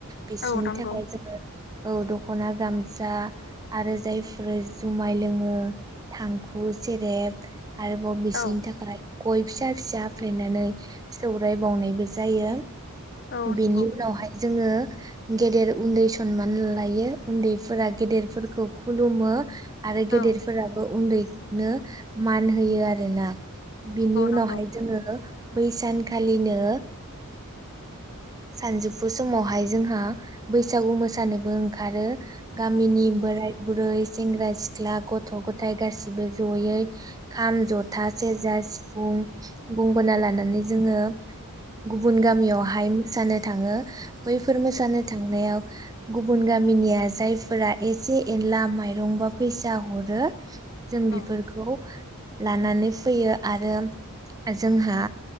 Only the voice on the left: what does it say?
औ नंगौ
औ
औ नंगौ
औ
औ
औ